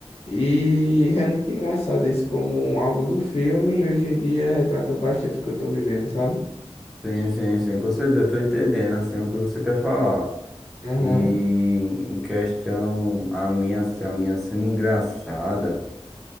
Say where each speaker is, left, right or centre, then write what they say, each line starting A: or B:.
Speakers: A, on the left; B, in the centre.
A: E é muito engraçado isso como algo do filme, hoje em dia retrata bastante o que eu tô vivendo, sabe?
B: Sim, sim, sim, com certeza, tô entendendo, assim, o que você quer falar.
A: Aham.
B: E em questão, a minha, a minha cena engraçada.